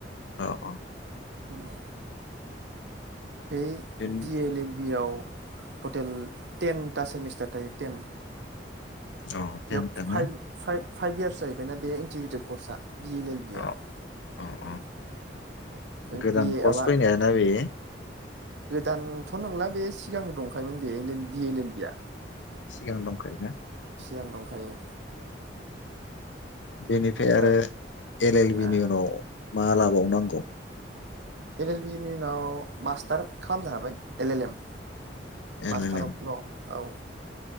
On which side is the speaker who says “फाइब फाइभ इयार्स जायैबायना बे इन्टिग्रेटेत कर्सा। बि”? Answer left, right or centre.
Right